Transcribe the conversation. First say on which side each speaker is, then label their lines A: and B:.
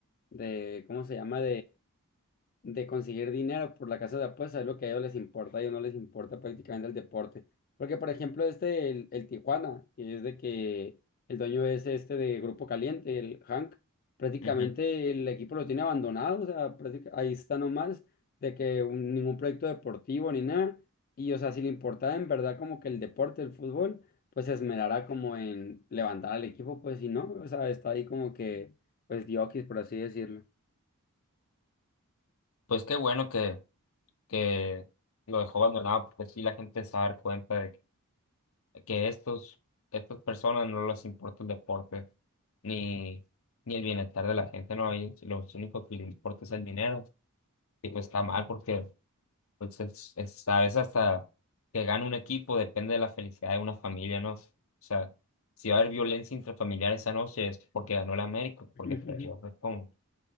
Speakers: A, on the left (about 40°); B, on the left (about 65°).
A: de, ¿cómo se llama? de conseguir dinero por la casa de apuestas, es lo que a ellos les importa, a ellos no les importa prácticamente el deporte. Porque, por ejemplo, este, el, el Tijuana, que es de que el dueño es este de Grupo Caliente, el Hank, prácticamente
B: Ujú.
A: el equipo lo tiene abandonado, o sea, práctica- ahí está nomás, de que un- ningún proyecto deportivo ni nada. Y, o sea, si le importaba en verdad como que el deporte, el fútbol, pues se esmerará como en levantar al equipo, pues si no, o sea, está ahí como que, pues, diokis, por así decirlo.
B: Pues qué bueno que, que lo dejó abandonado, porque sí la gente se va a dar cuenta de que, que estos, estas personas no les importa el deporte, ni, ni el bienestar de la gente, no, a ellos lo único que les importa es el dinero. Y pues está mal porque Entonces, es- a veces hasta que gane un equipo depende de la felicidad de una familia, ¿no? O sea, si va a haber violencia intrafamiliar esa noche es porque ganó el América,
A: <laughs> <laughs>
B: porque perdió, pues como.